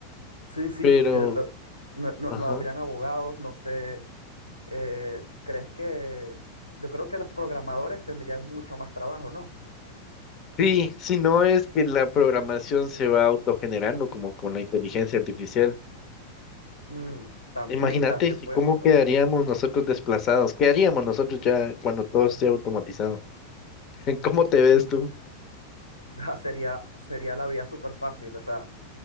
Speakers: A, on the left; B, on the left.
A: Sí, sí.
B: pero...
A: yo lo- no, no,
B: Ajá.
A: no habrían abogados, no sé. eh, ¿crees que yo creo que los programadores tendrían mucho más trabajo, ¿no?
B: Sí, si no es que la programación se va autogenerando como con la inteligencia artificial.
A: Mm, también,
B: Imagínate
A: <laughs> también puede
B: que cómo
A: pasar.
B: quedaríamos
A: <laughs>
B: nosotros desplazados, qué haríamos nosotros ya cuando todo esté automatizado. <laughs> ¿Cómo te ves tú?
A: Ah, Sería, sería la vía súper fácil. O sea,